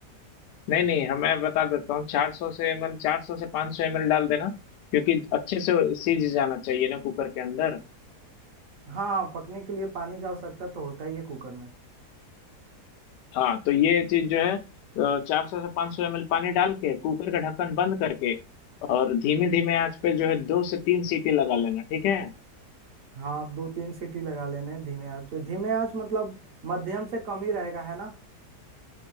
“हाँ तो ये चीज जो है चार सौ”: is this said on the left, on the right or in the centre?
Left